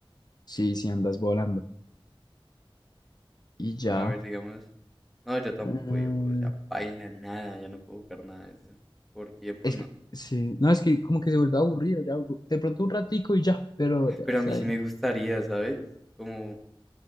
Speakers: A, on the left; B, in the centre.
A: Sí, sí, andas volando. Y ya.
B: No, a ver, digamos. No, yo tampoco
A: mm,
B: videojuegos, ya baila nada, ya no puedo jugar nada de eso. Por tiempo,
A: es
B: no.
A: que, sí, no, es que como que se vuelve aburrido, ya, de pronto un ratico y ya, pero
B: Ah,
A: ya
B: Pero
A: está
B: a mí sí
A: ahí.
B: me gustaría, ¿sabes? Como